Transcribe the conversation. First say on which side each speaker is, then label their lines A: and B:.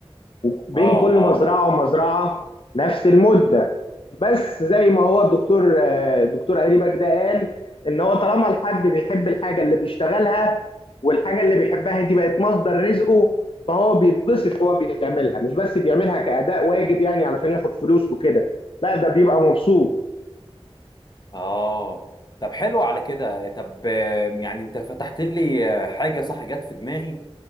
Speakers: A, on the left; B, on the left.
A: وبين
B: اه
A: كل
B: اه
A: مزرعة ومزرعة نفس المدة بس زي ما هو الدكتور آه، الدكتور قريبك ده قال إن هو طالما الحد بيحب الحاجة اللي بيشتغلها والحاجة اللي بيحبها دي بقت مصدر رزقه فهو بيتبسط وهو بيعملها مش بس بيعملها كأداء واجب يعني علشان ياخد فلوس وكده لا ده بيبقى مبسوط
B: اه طب حلو على كده طب آه، يعني انت فتحت لي آه، حاجه صح جت في دماغي